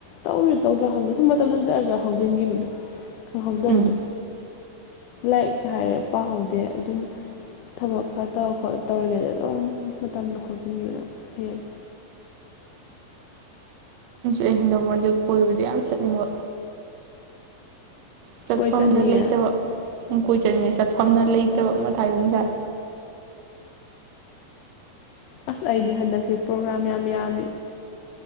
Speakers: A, on the left; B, on the right.
A: ꯇꯧꯔꯤ ꯇꯧꯗ꯭ꯔꯣ ꯍꯕꯗ ꯁꯨꯝ ꯃꯇꯝꯗ ꯖꯔ ꯖꯔ ꯍꯧꯖꯤꯟꯈꯤꯕꯗꯣ ꯈꯪꯍꯧꯗꯕꯗꯣ
B: ꯎꯝ
A: ꯂꯥꯏꯛ ꯍꯥꯏꯔꯦ ꯄꯥꯍꯧꯗꯦ ꯑꯗꯨꯝ ꯊꯕꯛ ꯈꯔ ꯇ ꯈꯣꯠ ꯇꯧꯔꯤꯉꯩꯗ ꯑꯗꯨꯝ ꯃꯇꯝꯗ ꯍꯧꯥꯎꯖꯤꯟꯈꯤꯕꯅ ꯍꯦꯜꯂꯤ
B: ꯑꯩ ꯍꯦꯟꯗꯧ ꯃꯣꯟꯖꯤ ꯀꯣꯏꯕꯗꯤ ꯌꯥꯝ ꯆꯠꯅꯤꯡꯕ ꯆꯠꯐꯝꯝꯅ
A: ꯀꯣꯏ ꯆꯠꯅꯤꯡꯉꯦ
B: ꯂꯩꯇꯕ ꯀꯣꯏ ꯆꯠꯅꯤꯡꯉꯩ ꯆꯠꯐꯝꯅ ꯂꯩꯇꯕ ꯃꯊꯥꯏꯒꯣꯨꯝꯁꯥꯏ
A: ꯑꯁ ꯑꯩꯒꯤ ꯍꯟꯗꯛꯁꯨ ꯄ꯭ꯔꯣꯒ꯭ꯔꯥꯝ ꯌꯥꯝ ꯌꯥꯝꯃꯤ